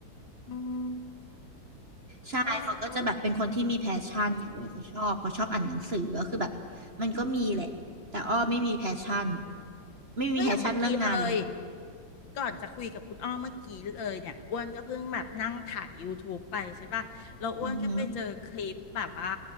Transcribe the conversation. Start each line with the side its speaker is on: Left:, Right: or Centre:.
Left: อืม
Right: ใช่
Left: เออเออ
Right: เขาก็จะแบบเป็นคนที่มีแพชชั่นเนี่ยเว้ยเขาชอบ เขาชอบอ่านหนังสือก็คือแบบมันก็มีแหละ แต่อ้อไม่มีแพชชั่น ไม่มีแพชชั่นเรื่องงานเลย
Left: ก็อย่างเมื่อกี้เลย ก่อนจะคุยกับคุณอ้อเมื่อกี้เลยเนี่ยอ้วนก็เพิ่งแบบนั่งถ่าย YouTube ไปใช่ป่ะแล้วอ้วนก็ไปเจอคลิปแบบว่า
Right: อือหือ